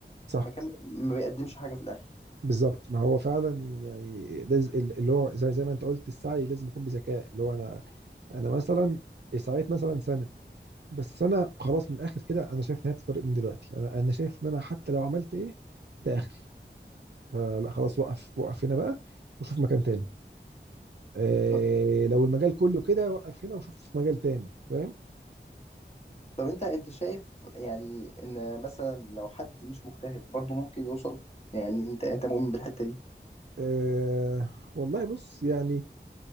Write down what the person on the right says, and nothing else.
صح
بالظبط ما هو فعلا يعني لازم اللي هو زي, زي ما انت قلت السعي لازم يكون بذكاء اللي هو انا انا مثلا سعيت مثلا سنه بس انا خلاص من الاخر كده انا شايف نهايه الطريق من دلوقتي انا انا شايف ان انا حتى لو عملت ايه ده اخري فلا خلاص وقف وقف هنا بقى وشوف مكان تاني إيه
لو المجال كله كده وقف هنا وشوف مجال تاني فاهم
إيه والله بص يعني